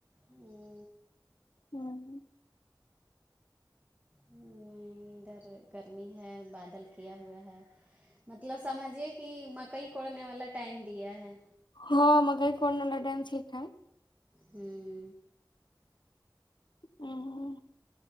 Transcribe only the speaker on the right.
ہں
نہیں ادھر گرمی ہے بادل کیا ہوا ہے مطلب سمجھیے کہ مکئی کوڑنے والا ٹائم دیا ہے
ہوں